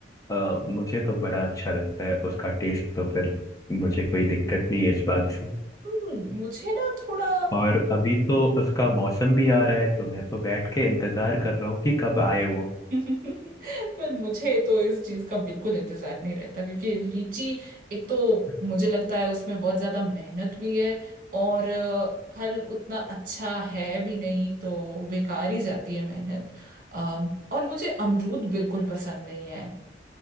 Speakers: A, on the left (about 20°); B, on the right (about 50°).
A: अ, मुझे तो बड़ा अच्छा लगता है उसका टेस्ट तो फिर मुझे कोई दिक्कत नहीं है इस बात से
B: हम्म, मुझे ना थोड़ा
A: और अभी तो उसका मौसम भी आ रहा है तो मैं तो बैठ के इंतजार कर रहा हूँ कि कब आए वो
B: <laughs> पर मुझे तो इस चीज का बिल्कुल इंतजार नहीं रहता क्योंकि लीची एक तो
A: अच्छा
B: मुझे लगता है उसमें बहुत ज्यादा मेहनत भी है और अ, फल उतना अच्छा है भी नहीं तो बेकार ही जाती है मेहनत अम, और मुझे अमरूद बिल्कुल पसंद नहीं है